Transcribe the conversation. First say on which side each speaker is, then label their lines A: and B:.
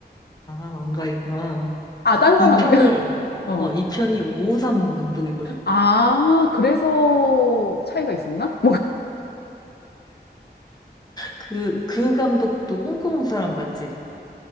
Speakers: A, on the left; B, on the left.
A: 아, 안가 있구나.
B: 아, 딴 사람.
A: 2편이,
B: <laughs> 어.
A: 어, 2편이 553 감독이거든?
B: 아, 그래서 차이가 있었나?
A: 그, 그 감독도 홍콩 사람 맞지?